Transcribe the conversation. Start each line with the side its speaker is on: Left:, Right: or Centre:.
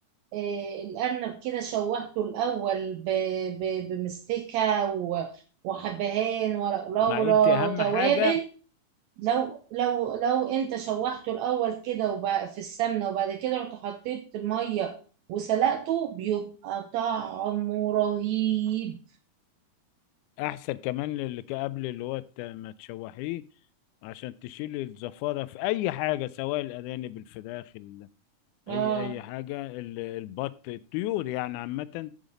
Right: آه، الأرنب كده شوحته الأول ب- ب- بمستكة و- وحبهان ورق لورا
Left: مع أنت أهم
Right: توابل
Left: حاجة
Right: لو لو لو أنت شوحته الأول كده وب- في السمنة وبعد كده رحت حطيت مية وسلقته بيبقى طعمه رهيب
Left: أحسن كمان اللي قبل اللي هو الت- ما تشوحيه عشان تشيل الزفارة في أي حاجة سواء الأرانب الفراخ ال...
Right: اه
Left: أي أي حاجة ال- البط الطيور يعني عامة